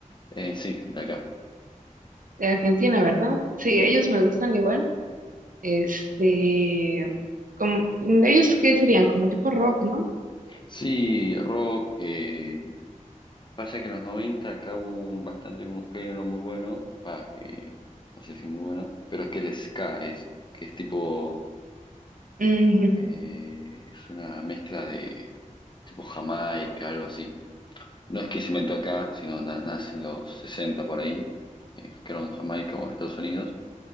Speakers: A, on the left; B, on the right.
A: Eh, sí, de acá.
B: de Argentina, ¿verdad? Sí,
A: Sí,
B: ellos me gustan igual. Este, como, ellos qué serían, como tipo rock, ¿no?
A: sí, rock. eh, Pasa que en los 90 acá hubo un, bastante un género muy bueno, va, que no sé si muy bueno, pero es que el ska es, que es tipo,
B: Ujú.
A: eh, es una mezcla de tipo Jamaica, algo así. No es que se inventó acá, sino na- nace en los 60 por ahí, eh, creo en Jamaica o en Estados Unidos,